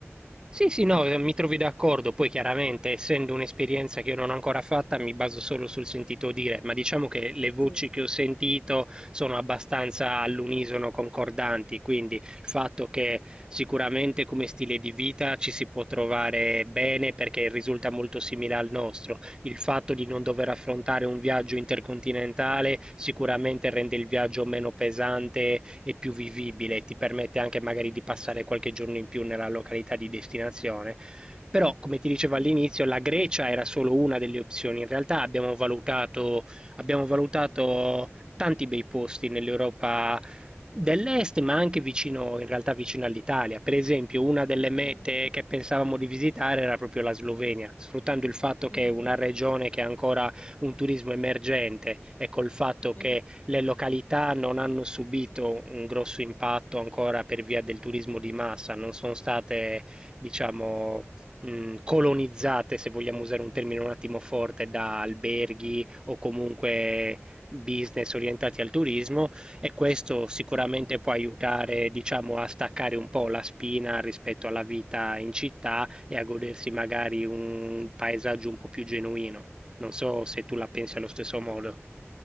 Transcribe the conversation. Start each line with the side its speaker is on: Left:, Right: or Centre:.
Right: Sì, sì, no, eh, mi trovi d'accordo. Poi chiaramente, essendo un'esperienza che io non ho ancora fatta, mi baso solo sul sentito dire, ma diciamo che le voci
Left: Sì.
Right: che ho sentito sono abbastanza all'unisono concordanti, quindi il fatto che sicuramente come stile di vita ci si può trovare bene perché risulta molto simile al nostro. Il fatto di non dover
Left: Sì.
Right: affrontare un viaggio intercontinentale sicuramente rende il viaggio meno pesante è più vivibile, e ti permette anche magari di passare qualche giorno in più nella località di destinazione. Però, come ti dicevo
Left: Sì.
Right: all'inizio, la Grecia era solo una delle opzioni. In realtà abbiamo valutato, abbiamo valutato tanti bei posti nell'Europa dell'est, ma anche vicino, in realtà vicino all'Italia. Per esempio, una delle mete
Left: Mm,
Right: che pensavamo di visitare era proprio la Slovenia, sfruttando il fatto
Left: mm,
Right: che è una regione che ha ancora un turismo emergente e col fatto che
Left: mhm,
Right: le località non hanno subito un grosso impatto ancora per via del turismo di massa, non sono state, diciamo, mh, colonizzate, se vogliamo usare un termine un attimo forte, da alberghi o comunque business orientati al turismo e questo sicuramente
Left: mhm.
Right: può aiutare, diciamo, a staccare un po' la spina rispetto alla vita in città e a godersi magari un paesaggio un po' più genuino. Non so se tu la pensi
Left: Sì.
Right: allo stesso modo.